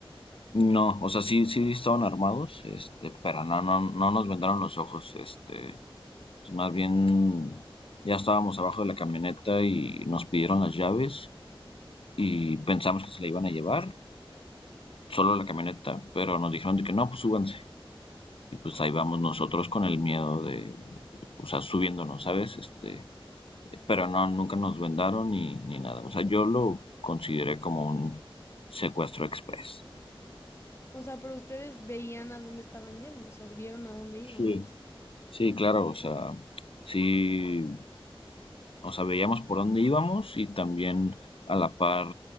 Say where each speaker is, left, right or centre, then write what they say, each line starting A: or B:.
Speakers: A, on the left; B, on the left.
A: No, o sea, sí, sí estaban armados, este, pero no, no, no nos vendaron los ojos, este, pues más bien ya estábamos abajo de la camioneta y nos pidieron las llaves y pensamos que se la iban a llevar, solo la camioneta, pero nos dijeron de que no, pues súbanse. y pues ahí vamos nosotros con el miedo de, o sea, subiéndonos, ¿sabes? Este, pero no, nunca nos vendaron ni, ni nada. O sea, yo lo consideré como un secuestro express.
B: O sea, pero ustedes veían a dónde estaban yendo, o sea, vieron a dónde iban,
A: Sí.
B: pues.
A: Sí, claro, o sea, sí, o sea, veíamos por dónde íbamos y también a la par